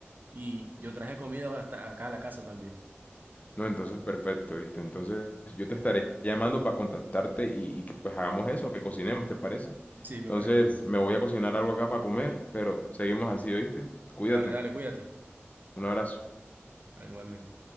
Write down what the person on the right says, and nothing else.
Y yo traje comida hasta acá a la casa también.
Sí,
me parece bien.
Dale, dale, cuídate.
Dale, igualmente.